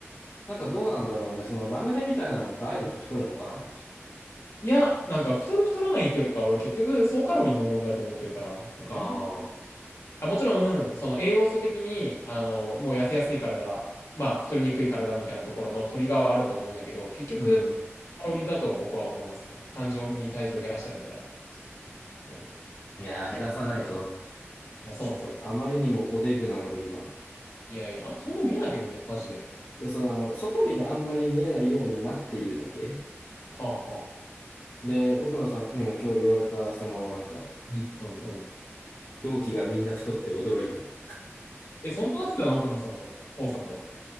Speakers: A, on the left (about 60°); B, on the left (about 85°).
A: なんかどうなんだろうね、そのラムネみたいなのって、ああいうのって太るのかな
B: いや、なんか太る太らないっていうよりかは、俺結局総カロリーの問題だと思ってるから、なんかあんまり関
A: ああ、
B: あ、もちろん、その栄養素的に、あの、もう痩せやすい体、まあ、太りにくい体みたいなところのトリガーはあると思うんだけど、結局、
A: うんうん。
B: カロリーだと僕は思いますね。単純に体重を減らしたいんだったら。うん、
A: いやー、減らさないと。
B: まあ、そうなんですよ。
A: ちょっとあまりにもおデブなので今。
B: いやいや、あんまそんな見えないけどね、マジで。
A: で、そう、あの、外見であんまり見えないようになっているだけ。
B: はあ、はあ。
A: で、奥野さんにも今日言われた、そのなんか、
B: うん、うん、うん。
A: 同期がみんな太って驚いたって。
B: え、そんな話だな、奥野さんと、王さんと。